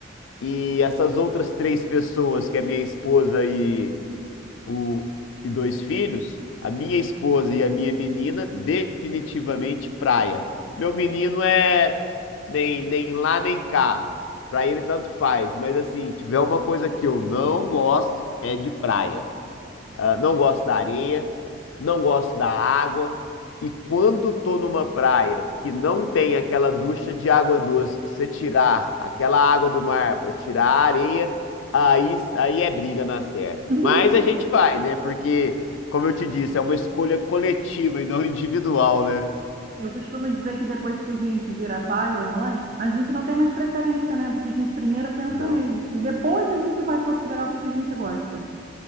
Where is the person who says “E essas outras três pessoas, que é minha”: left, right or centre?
Left